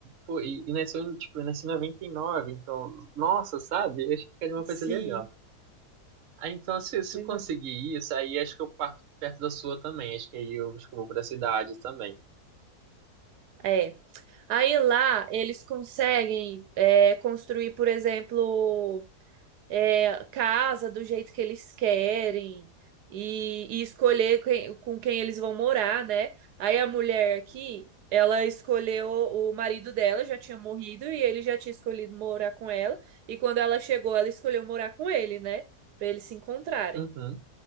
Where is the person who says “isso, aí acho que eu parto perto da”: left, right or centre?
Right